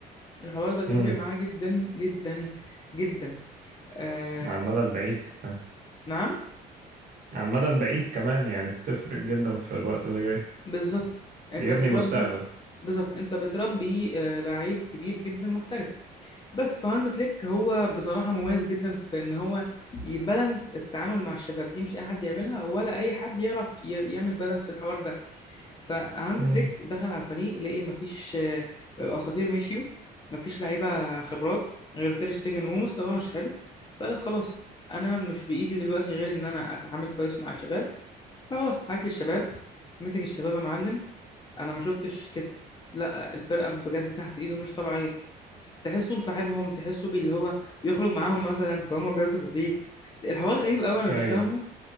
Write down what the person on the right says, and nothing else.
امم
على المدى
البعيد كمان
على المدى البعيد كمان يعني بتفرق جدا في الوقت اللي جاي
بيبني
مستقبل
امم
أي